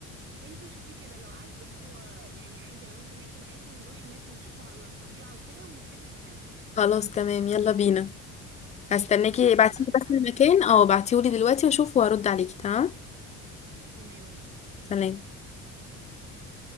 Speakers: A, on the right (about 40°); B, on the left (about 25°).
A: وانتي شوفيه كده لو عاجبك هو يعني عادي انا ممكن اجي معاكي ونروح هناك ونشوفه على الطبيعة وكده ونتفق معاهم
B: خلاص تمام يلا بينا هستناكي
A: ماشي
B: ابعتيلي بس
A: هبعته
B: المكان
A: لك
B: اه ابعتيهولي دلوقتي واشوف وارد عليكي تمام
A: خلاص تمام ماشي
B: سلام
A: سلام